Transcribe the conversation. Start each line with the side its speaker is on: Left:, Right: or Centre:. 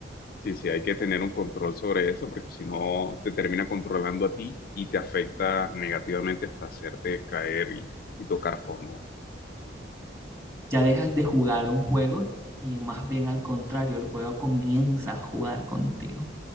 Left: Sí, sí, hay que tener un control sobre eso porque si no te termina controlando a ti y te afecta negativamente hasta hacerte caer y, y tocar fondo.
Right: Ya dejas de jugar un juego y más bien al contrario, el juego comienza a jugar contigo.